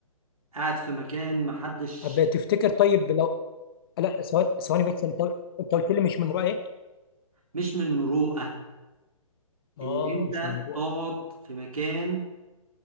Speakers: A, on the right; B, on the left.
A: قاعد في مكان محدش
B: أب تفتكر طيب لو لا ثواني ثواني بس انت انت قلت لي مش من رأي ايه
A: مش من المروءه
B: اه
A: اللي انت
B: مش من رأي
A: تقعد في مكان